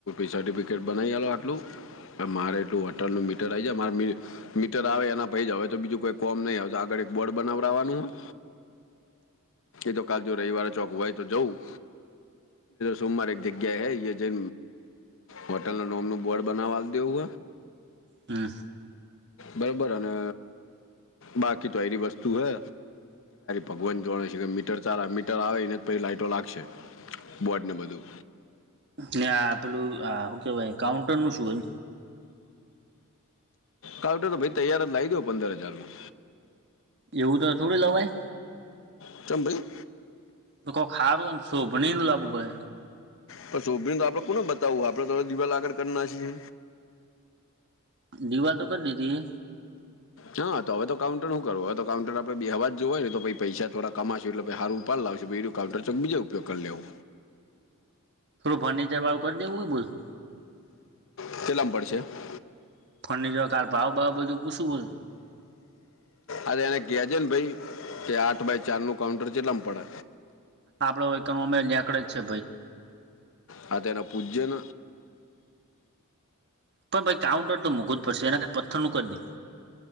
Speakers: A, on the left (about 60°); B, on the right (about 50°).
A: સર્ટિફિકેટ બનાવી આલો આટલું મારે તો વટણ નું મીટર આઇ જાય. મીટર આવે, એના પાઈ જ તો બીજું કોઈ કોમ નહી આવે, તો આગળ એક બોર્ડ બનાવડવાનું. એતો કાલ જો રવિવારે ચોક હોય તો જવું. સોમવાર એક જગ્યા હૈ, હોટલ ન નોમનું બોર્ડ બનાવા હાલ દવ
B: હમ.
A: બરોબર, અને બાકી તો આયરી વસ્તુ હે. ભગવાન જોણેે છે, મીટર સારા મીટર આવેને, લાઈટો લાગશે. બોડી ને બધું.
B: ને આ પેલું શું કહેવાય, કાઉન્ટરનું શું
A: કાઉન્ટર તો ભાઈ, તૈયાર જ લાવી દઉં, પંદર હજારમાં.
B: એવું તો થોડું લવાય.
A: ભાઈ, ખરું છે ભાઈ.
B: તો કોક હારું આમ શોભની નું લાવવું પડે
A: પછી શો તો આપણે કોને બતાવવું? આપણે તો દિવાલ આગળ કરવાના છીએ.
B: દિવાલ તો કરી દીધી.
A: હા, તો હવે કાઉન્ટર શું કરવું? કાઉન્ટર આપણે બે હવા જ જો હો ને, તો પૈસા થોડા કમાશું એટલે સારું ઉપાડ લાવશું. કાઉન્ટર તો બીજે ઉપયોગ કરી લેવો.
B: થોડું ફર્નિચરવાળું કરી દેવું હોય બોલ?
A: <unintelligible>
B: ફોનના ભાવ-બાવ બધું પૂછું, બોલ?
A: અરે, એને કયા છે ને, ભાઈ કે આઠ બાય ચારનું કાઉન્ટર જેટલામાં પડે.
B: આપડો વનો અમે જ છે.
A: આ તેનું પૂજન.
B: પણ ભાઈ, કાઉન્ટર તો મોંઘું જ પડશે. એના કંઈ પથ્થરનું કરી દે.